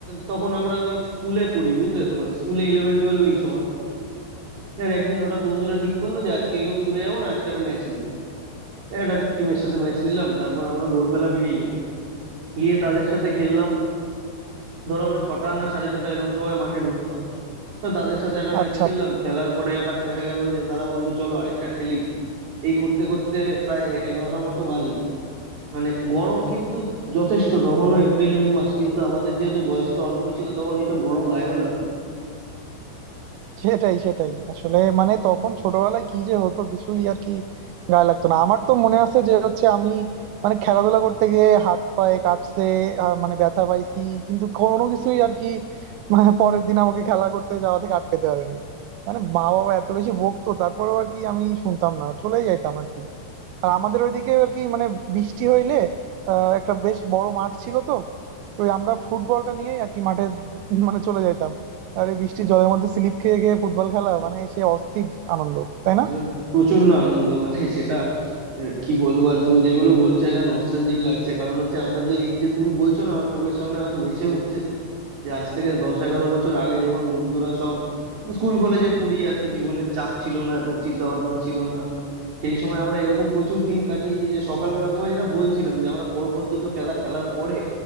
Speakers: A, on the right; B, on the right.
A: তখন আমরা ওই স্কুলে পড়ি বুঝলে তো মানে স্কুলে ইলেভেন টুয়েলভ এই সময় আর একদিন হঠাৎ বন্ধুরা ঠিক করলো যে আজকে কেউ স্কুলে যাবো না আজকে একটা ম্যাচ নেবো একটা টিমের সাথে ম্যাচ নিলাম তারপর আমরা ভোরবেলা বেরিয়ে গেলাম গিয়ে তাদের সাথে খেললাম ধরো আমরা ছটা না সাড়ে ছটা এরকম সময় মাঠে ঢুকতাম তো তাদের সাথে একটা ম্যাচ
B: আচ্ছা
A: খেললাম খেলার পরে আবার দেখা গেল যে তারা বললো চলো আরেকটা খেলি এই করতে করতে প্রায় এগারোটার মতো বাজলো মানে গরম কিন্তু যথেষ্ট তখনও এপ্রিল মে মাস কিন্তু আমাদের যেহেতু বয়সটা অল্প ছিল তখন এইসব গরম গায়েও লাগতো না
B: সেটাই সেটাই আসলে মানে তখন ছোটবেলায় কি যে হতো কিছুই আর কি গায়ে লাগতো না আমার তো মনে আছে যে হচ্ছে আমি মানে খেলাধুলা করতে গিয়ে হাত পায়ে কাটছে আহ, মানে ব্যথা পাইছি কিন্তু কোনো কিছুই আর কি মানে পরের দিন আমাকে খেলা করতে যাওয়া থেকে আটকাতে পারেনি মানে মা বাবা এত বেশি বকতো তারপরেও আর কি আমি শুনতাম না চলেই যাইতাম আর কি আর আমাদের ওইদিকে আর কি মানে বৃষ্টি হইলে আহ একটা বেশ বড় মাঠ ছিল তো তো ওই আমরা ফুটবলটা নিয়েই আর কি মাঠে মানে চলে যাইতাম আর এই বৃষ্টির জলের মধ্যে স্লিপ খেয়ে খেয়ে ফুটবল খেলা মানে সে অস্থির আনন্দ তাই না
A: যে প্রচন্ড আনন্দ মানে সেটা আহ, কি বলবো আর তুমি যেগুলো বলছো নস্টালজিক লাগছে কারণ হচ্ছে আমরা যে এই যে তুমি বলছো না আমার চোখের সামনে হয়তো ভেসে উঠছে যে আজ থেকে দশ এগারো বছর আগে যখন বন্ধুরা সব স্কুল কলেজে পড়ি এত জীবনের চাপ ছিল না এত চিন্তা ভাবনা ছিল না সেই সময় আমরা এরকম প্রচুর দিন কাটিয়েছি যে সকালবেলা তোমায় যেটা বলছিলাম যে আমরা পরপর দুটো খেলা খেলার পরে